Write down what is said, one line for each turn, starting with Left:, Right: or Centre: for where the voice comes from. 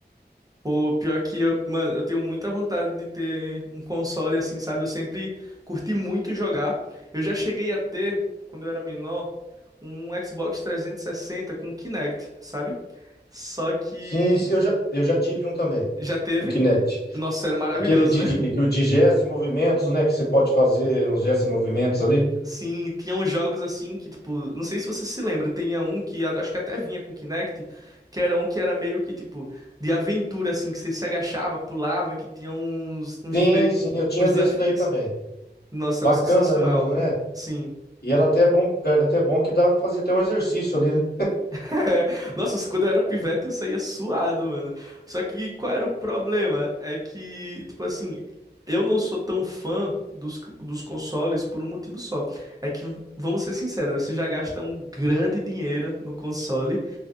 Right: Pô, pior que eu, mano, eu tenho muita vontade de ter um console assim, sabe? Eu sempre curti muito jogar. Eu já cheguei a ter, quando eu era menor, um Xbox 360 com Kinect, sabe? Só que
Left: Sim, sim, eu já, eu já tive um também,
Right: já teve.
Left: um Kinect.
Right: Nossa, era maravilhoso,
Left: Aquele de,
Right: né?
Left: de, de, de gestos e movimentos, né? Que você pode fazer uns gestos e movimentos ali.
Right: <laughs> Sim, tinham jogos assim que, tipo, não sei se você se lembra, tinha um que a- acho que até vinha com Kinect, que era um que era meio que, tipo, de aventura, assim, que você se agachava, pulava, que tinha uns, uns
Left: Sim,
Right: meio que-
Left: sim, eu tinha
Right: uns
Left: desse
Right: desafios.
Left: daí também.
Right: Nossa,
Left: Bacana
Right: era sensacional.
Left: mesmo, né?
Right: Sim.
Left: E era até bom, era até bom que dá pra fazer até um exercício ali, né?
Right: <laughs> Nossa, quando eu era pivete eu saía suado, mano. Só que qual era o problema? É que, tipo assim, eu não sou tão fã dos, dos consoles por um motivo só. É que, vamos ser sinceros, né? Você já gasta um grande dinheiro no console.